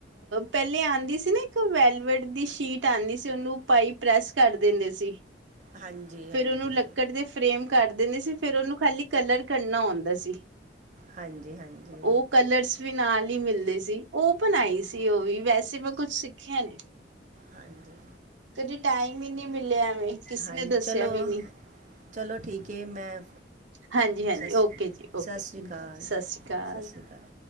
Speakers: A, on the right; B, on the right.
A: ਪਹਿਲੇ ਆਉਂਦੀ ਸੀ ਨਾ ਇੱਕ ਵੈਲਵੇਟ ਦੀ ਸ਼ੀਟ ਆਉਂਦੀ ਸੀ ਉਹਨੂੰ ਪਾਈ ਪ੍ਰੈਸ ਕਰ ਦਿੰਦੇ ਸੀ।
B: ਹਾਂਜੀ। ਹਾਂਜੀ
A: ਫੇਰ ਉਹਨੂੰ ਲੱਕੜ ਦੇ ਫਰੇਮ ਕਰ ਦਿੰਦੇ ਸੀ ਫੇਰ ਉਹਨੂੰ ਖਾਲੀ। ਕਲਰ ਕਰਨਾ ਆਉਂਦਾ ਸੀ,
B: ਹਾਂਜੀ ਹਾਂਜੀ
A: ਉਹ ਕਲਰ ਵੀ ਨਾਲ ਹੀ ਮਿਲਦੇ ਸੀ ਉਹ ਬਣਾਈ ਸੀ ਉਹ ਵੀ ਵੈਸੇ ਮੈਂ ਕੁੱਛ ਸਿੱਖਿਆ ਨੀ।
B: ਹਾਂਜੀ।
A: ਕਦੇ ਟਾਈਮ ਹੀ ਨਹੀਂੀ ਮਿਲਿਆ ਐਵੇਂ। ਕਿਸੇ
B: ਹਾਂਜੀ
A: ਨੇ ਦੱਸਿਆ
B: ਚਲੋ,
A: ਵੀ ਨੀ।
B: ਚਲੋ ਠੀਕ ਹੈ ਮੈਂ,
A: ਹਾਂਜੀ-ਹਾਂਜੀ
B: ਸ
A: ਓਕੇ
B: ਸਤਿ
A: ਜੀ ਓਕੇ
B: ਸ਼੍ਰੀ ਅਕਾਲ
A: ਸਤਿ ਸ਼੍ਰੀ ਅਕਾਲ।
B: ਸਤਿ ਸ਼੍ਰੀ ਅਕਾਲ,